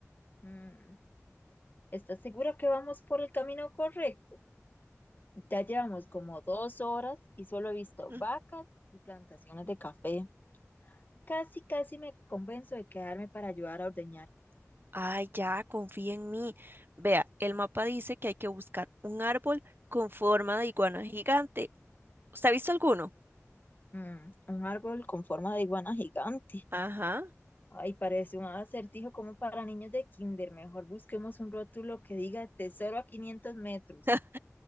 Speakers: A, on the left; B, on the right.
A: Mm, ¿Estás seguro que vamos por el camino correcto? Ya llevamos como dos horas y solo he visto
B: Mm.
A: vacas y plantaciones de café. Casi, casi me convenzo de quedarme para ayudar a ordeñar.
B: Ay, ya, confía en mí. Vea, el mapa dice que hay que buscar un árbol con forma de iguana gigante. ¿Usted ha visto alguno?
A: Mm, un árbol con forma de iguana gigante.
B: Ajá.
A: Ay, parece un acertijo como para niños de kinder. Mejor busquemos un rótulo que diga tesoro a 500 metros.
B: <gasps>